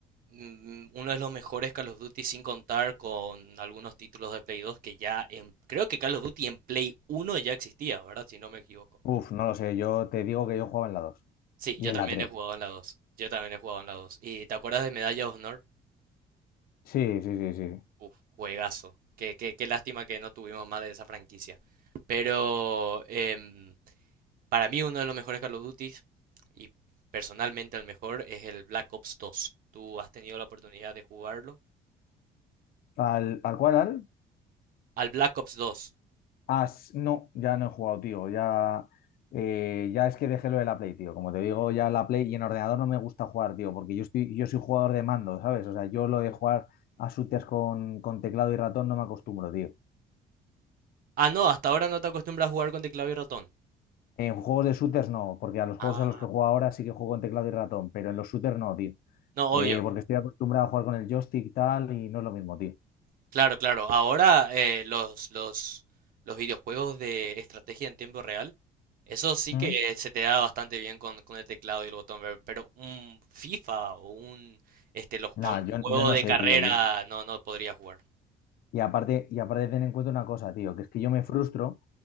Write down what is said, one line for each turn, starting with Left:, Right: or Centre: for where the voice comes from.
Right: mm, uno de los mejores Call of Duty sin contar con algunos títulos de Play 2 que ya en, creo que Call of Duty en Play uno ya existía, ¿verdad? Si no me equivoco.
Left: Uf, no lo sé, yo te digo que yo jugaba en la 2
Right: Sí,
Left: y
Right: yo
Left: en
Right: también
Left: la tres
Right: he jugado en la dos Yo también he jugado en la dos ¿Y te acuerdas de Medalla de Honor?
Left: Sí, sí, sí, sí.
Right: Uf, juegazo. Qué, qué, qué lástima que no tuvimos más de esa franquicia. Pero em, para mí uno de los mejores Call of Duty y personalmente el mejor es el Black Ops dos ¿Tú has tenido la oportunidad de jugarlo?
Left: ¿Al, al cual, al?
Right: Al Black Ops dos
Left: Ah, s- no, ya no he jugado, tío. Ya, eh, ya es que dejé lo de la Play, tío. Como te digo, ya la Play y en ordenador no me gusta jugar, tío, porque yo estoy, yo soy jugador de mando, ¿sabes? O sea, yo lo de jugar a shooters con, con teclado y ratón no me acostumbro, tío.
Right: Ah, no, hasta ahora no te acostumbras a jugar con teclado y ratón.
Left: En juegos de shooters no, porque a los
Right: Ah,
Left: juegos a los que juego ahora sí que juego en teclado y ratón, pero en los shooters no, tío.
Right: no, obvio.
Left: eh, porque estoy acostumbrado a jugar con el joystick y tal, y no es lo mismo, tío.
Right: Claro, claro. Ahora eh, los, los, los videojuegos de estrategia en tiempo real, eso sí
Left: ¿Mm?
Right: que se te da bastante bien con, con el teclado y el botón, ver- pero un FIFA o un, este, los- un
Left: Nada, yo,
Right: juego
Left: yo no
Right: de
Left: sé,
Right: carrera
Left: tío. Y,
Right: no, no podría jugar.
Left: y aparte, y aparte ten en cuenta una cosa, tío, que es que yo me frustro